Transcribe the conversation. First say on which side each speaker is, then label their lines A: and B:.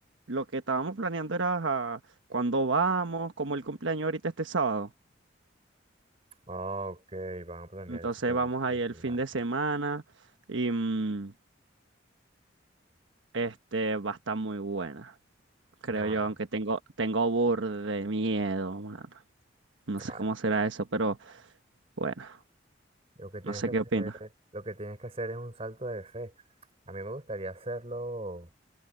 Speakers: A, on the right (about 85°); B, on the right (about 30°).
A: Lo que estábamos planeando era cuando vamos, como el cumpleaños ahorita este sábado.
B: Ah, ok, van a planear
A: Entonces
B: eso por
A: vamos
B: el cumpleaños.
A: a ir el fin de semana y mm, este va a estar muy buena, creo
B: Nah,
A: yo, aunque tengo, tengo burde de miedo, mano. No
B: nah.
A: sé cómo será eso, pero bueno,
B: Lo que tienes
A: no sé
B: que hacer,
A: qué opinas.
B: lo que tienes que hacer es un salto de fe. A mí me gustaría hacerlo